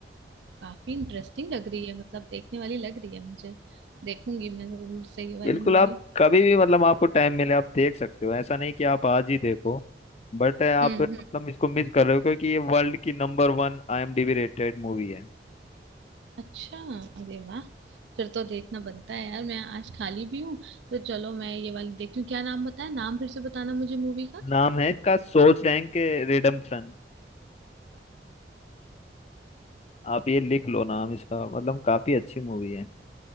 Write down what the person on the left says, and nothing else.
बिल्कुल
आप कभी भी मतलब आपको टाइम मिले आप देख सकते हो ऐसा नहीं कि आप आज ही देखो बट आप
मतलब
इसको मिस कर रहे हो क्योंकि ये वर्ल्ड की number one IMDb rated movie है
नाम है इसका शॉशैंक रिडेम्पशन आप ये लिख लो नाम इसका मतलब काफी अच्छी मूवी है